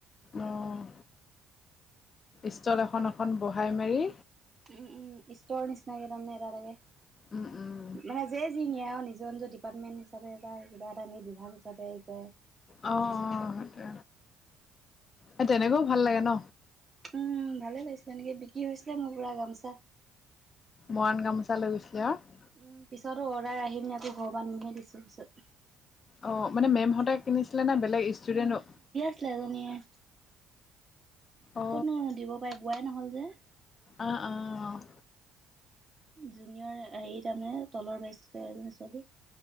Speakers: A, on the left; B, on the right.
A: অ', ষ্টল এখন এখন বহাই মেলি।
B: উম্ উম্ ষ্টৰ নিচিনাকে তাৰমানে, এটা এটাকে
A: উম উম
B: মানে যিয়ে যি নিয়ে আৰু নিজে। নিজৰ নিজৰ ডিপাৰ্টমেণ্ট হিচাপে বা কিবা এটা এনেই বিভাগ হিচাপে কৰে যে।
A: অ', অ', সেইটোৱে, এই তেনেকৈও ভাল লাগে ন।
B: উম‌্, ভালে লাগিছিলে এনেকে বিক্ৰী হৈছিলে, মোৰ বিক্ৰী হৈছিল বোৱা গামোচা।
A: মৰাণ গামোচা লৈ গৈছিলো আৰু
B: উম্, পিছতো অৰ্ডাৰ আহি পিনে আকৌ ঘৰৰ পৰা নিহে দিছো পিছত।
A: অ', মানে মেমহঁতে কিনিছিলে নে, বেলেগ ষ্টুডেণ্টে।
B: ছোৱালীজনীয়ে।
A: অ
B: ক'তনো দিব পাৰে, বোৱাই নহ'ল যে।
A: অ', অ',
B: জুনিয়ৰ হেৰি তাৰমানে তলৰ বেষ্টৰ এজনী ছোৱালী।